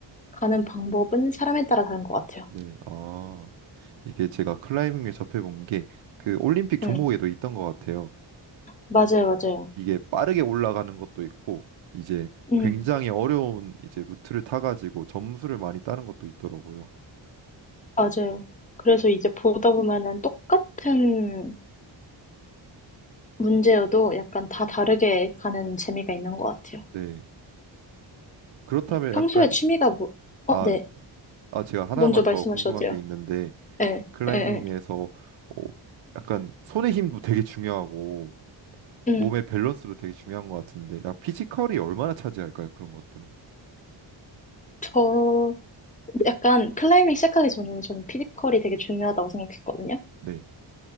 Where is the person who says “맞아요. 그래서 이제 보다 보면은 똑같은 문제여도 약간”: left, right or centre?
Left